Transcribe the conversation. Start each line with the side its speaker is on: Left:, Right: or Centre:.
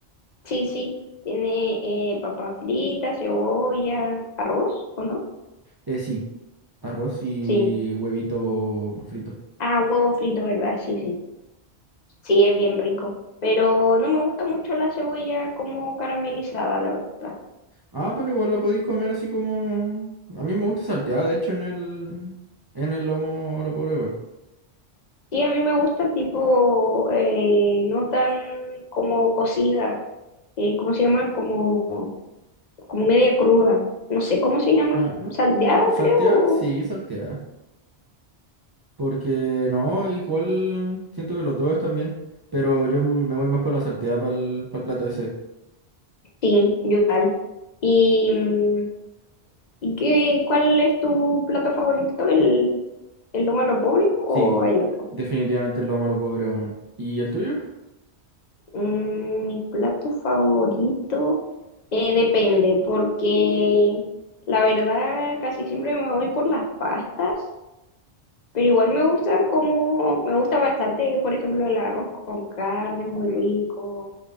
Left: Sí, sí. Tiene eh, papa frita, cebolla, arroz, ¿o no?
Right: Eh, sí, arroz y
Left: Sí.
Right: huevito frito.
Left: Ah, huevo frito, ¿verdad? Sí, sí. Sí, es bien rico. Pero no me gusta mucho la cebolla como caramelizada, la verdad.
Right: Ah, pero igual la podéis comer así como... A mí me gusta salteada, de hecho, en el... En el lomo a lo pobre, weón.
Left: Sí, a mí me gusta tipo, eh, no tan como cocida, eh, ¿cómo se llama? Como, como media cruda. No sé cómo se llama,
Right: Ah, ¿eh?
Left: salteada,
Right: como salteada,
Left: creo.
Right: sí, salteada. Porque no, igual siento que los dos están bien, pero yo me voy más por la salteada para el, plato ese.
Left: Sí, yo igual. ¿Y, mm, ¿y qué, cuál es tu plato favorito? ¿El, el lomo a lo pobre o
Right: Sí,
Left: hay otro?
Right: definitivamente lo amo a los pobres, weón. ¿Y el tuyo?
Left: Mm, Mi plato favorito eh, depende, porque la verdad casi siempre me voy por las pastas, pero igual me gustan como, me gusta bastante, por ejemplo, el arroz con carne, es muy rico,